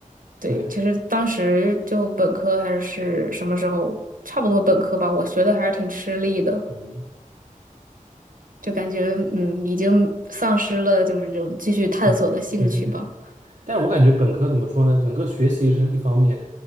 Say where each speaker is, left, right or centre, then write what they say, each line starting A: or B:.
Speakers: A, on the right; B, on the right.
A: 对，
B: 对，
A: 其实当时就本科还是什么时候，差不多本科吧，我学的还是挺吃力的，
B: 嗯
A: 就感觉嗯，已经丧失了就是这种继续探索的兴趣吧。
B: 嗯，呃对对。但是我感觉本科怎么说呢？整个学习是一方面，